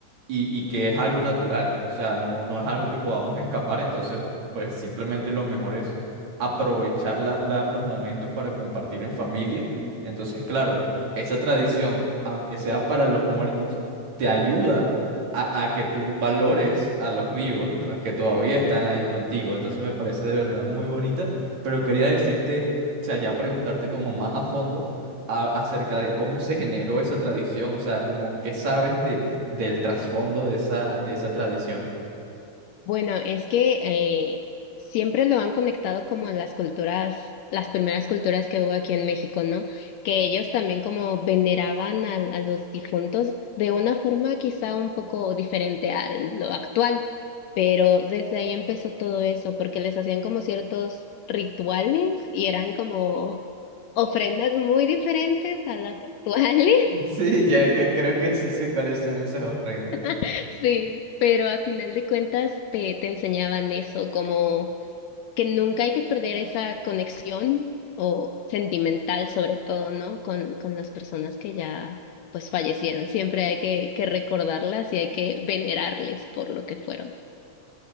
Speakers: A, on the right (about 70°); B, on the left (about 75°).
A: y, y que es algo natural, o sea, no, no es algo que podamos escapar, entonces, pues simplemente lo mejor es aprovechar la- la- los momentos para compartir en familia. Entonces, claro, esa tradición, aunque sea para los muertos, te ayuda a, a que tú valores a los vivos, a los que todavía están ahí contigo. Entonces me parece de verdad muy bonita, pero quería decirte, o sea, ya preguntarte como más a fondo a- acerca de cómo se generó esa tradición, o sea, como qué sabes de, del trasfondo de esa, de esa tradición. <laughs>
B: Bueno, es que eh, siempre lo han conectado como en las culturas, las primeras culturas que hubo aquí en México, ¿no? Que ellos también como veneraban al- a, los difuntos de una forma quizá un poco diferente a lo actual, pero desde ahí empezó todo eso, porque les hacían como ciertos rituales y eran como ofrendas muy diferentes a las actuales,
A: Sí, ya que creo que sí sé cuáles son esas ofrendas.
B: <laughs> sí, pero a final de cuentas te, te enseñaban eso, como que nunca hay que perder esa conexión o sentimental sobre todo, ¿no? Con, con las personas que ya pues fallecieron. Siempre hay que, que recordarlas y hay que venerarles por lo que fueron.